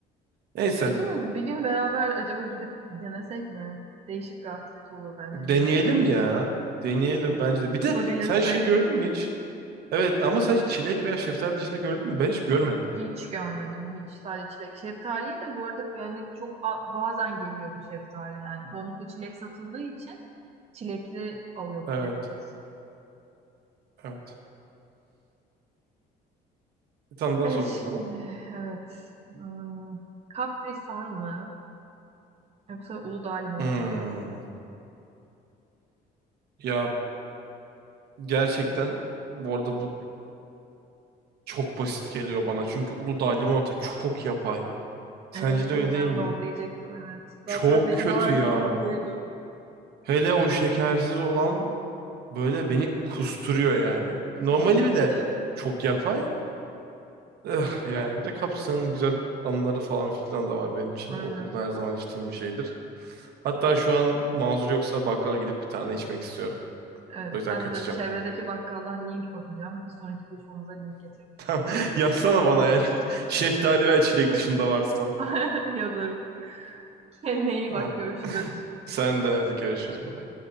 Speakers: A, on the right; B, on the right.
A: Neyse
B: Bir gün bir gün beraber acaba gidip bir denesek mi? Değişik bir aktivite olur bence
A: deneyelim
B: link denemek.
A: ya. Deneyelim bence de. Bir de
B: Bulabilirsek.
A: sen şey gördün mü hiç? Evet ama sen hiç çilek veya şeftali dışında gördün mü? Ben hiç görmedim.
B: Hiç görmedim hiç. Sadece çilek. Şeftaliyi de bu arada yani çok a- bazen geliyordu şeftali yani. Çoğunlukla çilek satıldığı için çilekli alıyorduk
A: Evet,
B: hep biz.
A: evet. Bir tane daha
B: E
A: sor
B: şimdi
A: bakalım.
B: evet. Hmm, Capri Sun mı? Yoksa Uludağ limonata
A: Hmm.
B: mı?
A: Ya gerçekten bu arada bu çok basit geliyor bana. Çünkü Uludağ limonata çok yapay. Sence
B: Evet
A: de
B: değil
A: öyle
B: mi?
A: değil
B: Ben
A: mi?
B: de onu diyecektim evet. Zaten
A: Çok
B: benim
A: kötü
B: de argümanım
A: ya.
B: buydu.
A: Hele o şekersiz olan böyle beni kusturuyor yani. Normali
B: İğrenç.
A: bir de çok yapay. Eh, yani bir de Kapsa'nın güzel anıları falan filan da var benim için.
B: Aynen.
A: Okulda her zaman içtiğim bir şeydir. Hatta şu an mazur yoksa bakkala gidip bir tane içmek istiyorum.
B: Evet
A: O yüzden
B: ben
A: kaçacağım.
B: de çevredeki bakkaldan link bakacağım. Bir sonraki buluşmamıza link getir.
A: <laughs> Yazsana bana ya şeftali ve çilek
B: <laughs>
A: dışında varsa.
B: <laughs> Yazarım. Kendine iyi
A: Tamam.
B: bak görüşürüz.
A: Sen de hadi görüşürüz bye. bye.